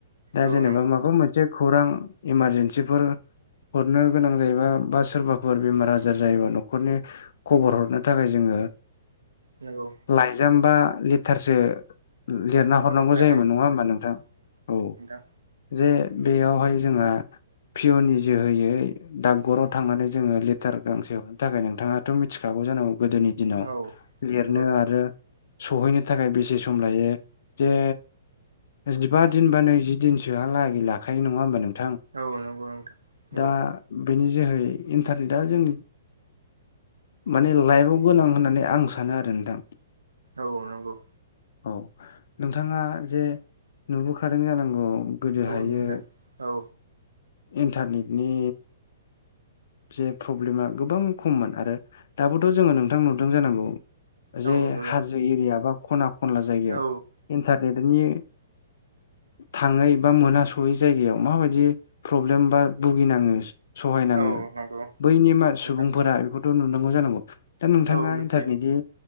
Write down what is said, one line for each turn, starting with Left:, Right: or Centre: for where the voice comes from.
Left: दा
Right: औ
Left: जेनेबा
Right: नंगौ
Left: माबा मोनसे खौरां इमारजेन्सिफोर हरनो गोनां जायोबा बा सोरबा फोर बेमार आजार जायोबा न'खरनि खबर हरनो थाखाय जोङो।
Right: नंगौ
Left: लाइजाम बा लेटारसो लिरना
Right: हरनो
Left: हरनांगौ
Right: गोनां
Left: जायोमोन नङा होमबा नोंथां? औ।
Right: नंगौ नोंथां
Left: जे बेयावहाय जोंहा पिअननि जोहैयै डाकघराव थांनानै जोङो लेटार गांसे हरनो थाखाय नोंथाङाथ' मिथिखागौ जानांगौ गोदोनि दिनाव
Right: औ
Left: लिरनो
Right: नंगौ
Left: आरो सहैनो थाखाय बेसे सम लायो जे जिबा दिन बा नैजि दिनसोहालागै लाखायो नंङा होमबा नोंथां?
Right: औ नंगौ नोंथां नंगौ
Left: दा बेनि जोहै इन्टारनेटआ जों माने लाइफआव गोनां होननानै आं सानो आरो नोंथां।
Right: औ नंगौ।
Left: औ। नोंथाङा जे नुबोखादों जानांगौ। गोदोहायो
Right: औ नुदों औ
Left: इन्टारनेटनि जे प्रब्लेमा गोबां खममोन आरो दाबोथ' जोङो नोंथां नुदों जानांगौ।
Right: औ
Left: जे
Right: नुदों
Left: हाजो एरिया बा ख'ना खनला जायगायाव
Right: औ
Left: इन्टारनेटनि थाङै बा मोनहास'यै जायगायाव माबायदि प्रब्लेम बा भुगिनाङो। सहायनाङो
Right: औ नंगौ। नंगौ
Left: बैनि
Right: नोंथां
Left: मा सुबुंफोरा बेखौथ' नुुनांगौ जानांगौ दा नोंथाङा
Right: औ मिथियो
Left: इन्टारनेटनि